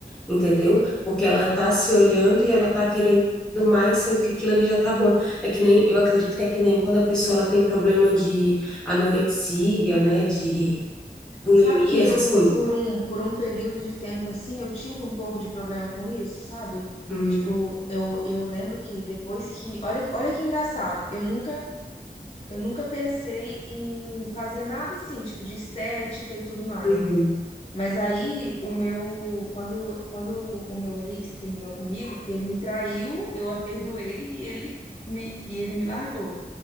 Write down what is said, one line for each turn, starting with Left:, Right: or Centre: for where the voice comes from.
Centre: entendeu? Porque ela tá se olhando e ela tá querendo mais, sendo que aquilo ali já tá bom. É que nem, eu acredito que é que nem quando a pessoa, ela tem problema de anorexia, né, de bulimia,
Left: Sabe que eu,
Centre: essas coisas.
Left: por um, por um período de tempo assim, eu tive um pouco de problema com isso, sabe?
Centre: Hum,
Left: Tipo, eu, eu lembro que depois que. Olha, olha que engraçado, eu nunca, eu nunca pensei em fazer nada assim, tipo, de estética e tudo mais,
Centre: uhum,
Left: né? Mas aí o meu. Quando, quando o meu ex terminou comigo, porque ele me traiu, eu a perdoei e ele me, e ele me largou.